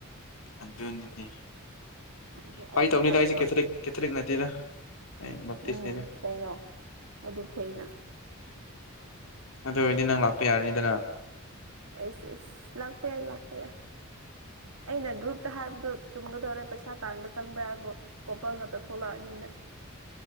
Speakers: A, on the left; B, on the right.
A: ꯑꯗꯨꯅꯤꯅꯦ
B: ꯑꯗꯨ
A: ꯐꯒꯤ
B: ꯑꯗꯨ
A: ꯇꯧꯕꯅꯤꯗ
B: ꯌꯥꯔꯣꯏꯕ
A: ꯑꯩꯁꯦ ꯀꯦꯊꯂꯤꯛ ꯀꯦꯊꯂꯤꯛ ꯅꯠꯇꯦꯗ ꯑꯩ ꯕꯞꯇꯤꯁꯅꯤꯗ
B: ꯎꯝ ꯀꯩꯅꯣ ꯑꯗꯨ ꯐꯩꯅ
A: ꯑꯗꯨ ꯑꯣꯏꯔꯗꯤ ꯅꯪ ꯂꯥꯛꯄ ꯌꯥꯔꯅꯤꯗꯅ
B: ꯑꯦꯁ ꯑꯦꯁ ꯂꯥꯛꯄ ꯌꯥꯏ ꯂꯥꯛꯄ ꯌꯥꯏ ꯑꯩꯅ ꯒ꯭ꯔꯨꯞꯇ ꯍꯥꯏꯕꯗꯨ ꯆꯨꯝꯒꯗꯧꯔꯦ ꯄꯩꯁꯥ ꯇꯥꯟꯕ ꯆꯪꯕ꯭ꯔꯥ ꯍꯥꯏꯕꯕꯨ ꯀꯣꯝꯄꯜ ꯉꯥꯛꯇ ꯊꯣꯛꯂꯛꯑꯅꯤꯅ